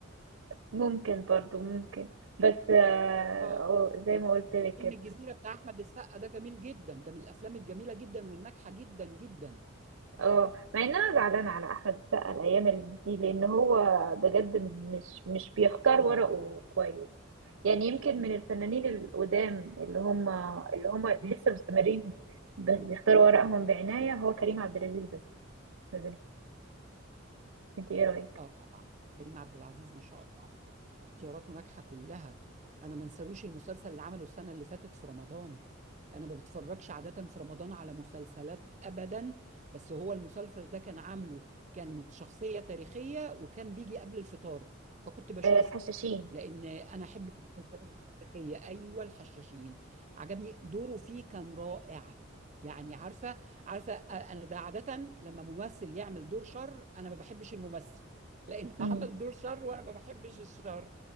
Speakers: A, on the right; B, on the right.
A: ممكن برضو ممكن بس آه،
B: اه
A: أو زي ما قلت لك
B: فيلم
A: كده
B: الجزيرة بتاع أحمد السقا ده جميل جدا ده من الأفلام الجميلة جدا والناجحة جدا جدا
A: اه مع ان انا زعلانه على احمد السقا الايام دي لان هو بجد مش مش بيختار
B: اه
A: ورقه كويس يعني يمكن من الفنانين القدام اللي هم اللي هم لسه مستمرين ب- بيختاروا ورقهم بعناية هو كريم عبد العزيز بس ما بينهم انت ايه رأيك؟
B: اه طبعا كريم عبد العزيز ما شاء الله اختياراته ناجحه كلها انا ما انساروش المسلسل اللي عمله السنه اللي فاتت في رمضان انا ما بتفرجش عاده في رمضان على مسلسلات ابدا بس هو المسلسل ده كان عامله كان شخصيه تاريخيه وكان بيجي قبل الفطار فكنت بشوفه
A: آه الحشاشين
B: لان انا احب المسلسلات التاريخيه ايوه الحشاشين عجبني دوره فيه كان رائع يعني عارفه عارفه انا ده عاده لما ممثل يعمل دور شر انا ما بحبش الممثل لانه
A: امم
B: <laughs> عمل دور شر وانا ما بحبش الشر